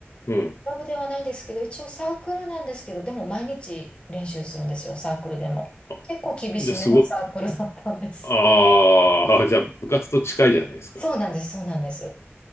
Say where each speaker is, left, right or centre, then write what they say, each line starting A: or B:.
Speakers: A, on the left (about 75°); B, on the left (about 25°).
A: うん。
B: クラブではないんですけど、一応サークルなんですけど、でも毎日練習するんですよ、サークルでも。
A: あ
B: 結構厳しめのサークルだったんです。
A: じゃあ、すごい。ああ、じゃあ、部活と近いじゃないですか。
B: そうなんです、そうなんです。